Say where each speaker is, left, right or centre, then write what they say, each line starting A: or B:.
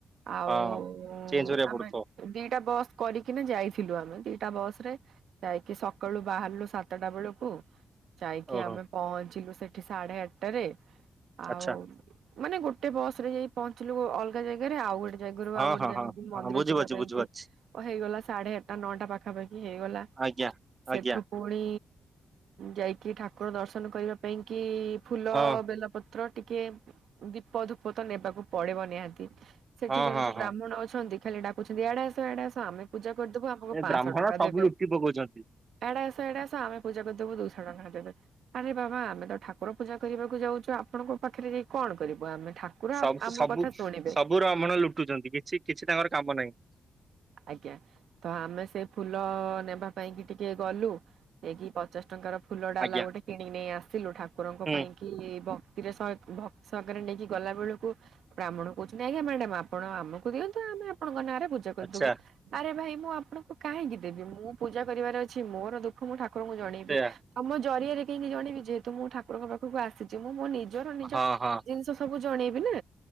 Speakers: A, on the right (about 80°); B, on the right (about 30°).
A: ଆଉ
B: ହଁ ଚେଞ୍ଜ କରିବାକୁ
A: ଆମେ
B: ପଡୁଥିବ
A: ଦିଟା ବସ୍ କରିକି କିନା ଯାଇଥିଲୁ ଆମେ ଦିଟା ବସ ରେ ଯାଇକି ସକାଳୁ ବାହାରିଲୁ ସାତଟା ବେଳକୁ। ଯାଇକି
B: ଓହୋ
A: ଆମେ ପହଞ୍ଚିଲୁ ସେଠି ସାଢେ ଆଠଟାରେ ଆଉ।
B: ଆଚ୍ଛା
A: ମାନେ ଗୋଟେ ବସ ରେ ଯାଇ ପହଞ୍ଚିଲୁ ଅଲଗା ଜାଗାରେ ଆଉ ଗୋଟେ ଜାଗାରୁ
B: ହଁ
A: ଆଉ ଗୋଟେ
B: ହଁ
A: ଜାଗାକୁ
B: ହଁ ହଁ
A: ମନ୍ଦିର
B: ବୁଝିପାରୁଛି
A: ଯିବା ପାଇଁ
B: ବୁଝିପାରୁଛି
A: କି ହେଇଗଲା। ସାଢେ ଆଠଟା ନଅଟା ପାଖାପାଖି ହେଇଗଲା
B: ଆଜ୍ଞା
A: ସେଠୁ।
B: ଆଜ୍ଞା
A: ପୁଣି ଯାଇକି ଠାକୁର ଦର୍ଶନ କରିବା ପାଇଁ କି ଫୁଲ
B: ହଁ
A: ବେଲ ପ ପତ୍ର ଟିକେ ଦୀପ ଧୂପ ତ ନେବାକୁ ପଡିବ ନିହାତି। ସେଠିକାର
B: ହଁ ହଁ
A: ଯୋଉ
B: ହଁ
A: ବ୍ରାହ୍ମଣ ଅଛନ୍ତି ଖାଲି ଡାକୁଛନ୍ତି ଏଆଡେ ଆସ ଏଆଡେ ଆସ ଆମେ ପୂଜା କରିଦବୁ ଆମକୁ
B: ଏ
A: ପାଞ୍ଚଶହ
B: ବ୍ରାହ୍ମଣ
A: ଟଙ୍କା
B: ସବୁ
A: ଦେବେ।
B: ଲୁଟି ପକଉଛନ୍ତି
A: ଏଆଡେ ଆସ ଏଆଡେ ଆସ ଆମେ ପୂଜା କରିଦବୁ ଦୁଇ ଶହ ଟଙ୍କା ଦେବେ। ଆରେ ବାବା ଆମେ ତ ଠାକୁର ପୂଜା କରିବାକୁ ଯାଉଛୁ ଆପଣଙ୍କ ପାଖରେ ଯାଇ କଣ କରିବ ଆମେ ଠାକୁର।
B: ସବୁ
A: ଆମ
B: ସବୁ
A: କଥା ଶୁଣିବେ।
B: ସବୁ ର ବ୍ରାହ୍ମଣ ଲୁଟୁଛନ୍ତି କିଛି କିଛି ତାଙ୍କର କାମ ନାହିଁ।
A: ଆଜ୍ଞା ତ ଆମେ ସେଇ ଫୁଲ ନେବା ପାଇଁ କି ଟିକେ ଗଲୁ ଏକି ପଚାଶ ଟଙ୍କାର ଫୁଲ ଡାଲା
B: ଆଜ୍ଞା
A: ଗୋଟେ କିଣ ନେଇ ଆସିଲୁ ଠାକୁରଙ୍କ
B: ହୁଁ
A: ପାଇଁ। କି ଭକ୍ତିର ସହକାରେ ଭକ୍ତି ସହକାରେ ନେଇକି ଗଲା ବେଳକୁ ବ୍ରାହମଣ କହୁଛନ୍ତି ଆଜ୍ଞା ମ୍ୟାଡାମ ଆପଣ ଆମକୁ ଦିଅନ୍ତୁ ଆମେ ଆପଣଙ୍କ ନାଁରେ ପୂଜା କରିଦେବୁ।
B: ଆଚ୍ଛା
A: ଆରେ ଭାଇ ମୁଁ ଆପଣଙ୍କୁ କାହିଁକି ଦେବି ମୁଁ ପୂଜା କରିବାର ଅଛି ମୋର ଦୁ ଖ ମୁଁ ଠାକୁରଙ୍କୁ ଜଣେଇବି
B: ସେୟା
A: ତମ ଜରିଆରେ କାହିକି ଜଣେଇବି ଯେହେତୁ ମୁଁ ଠାକୁରଙ୍କ ପା ପାଖକୁ ଆସିଛି ମୁଁ ମୋ ନିଜର ନିଜ
B: ହଁ ହଁ
A: ଜିନିଷ ସବୁ ଜଣେଇବି ନା।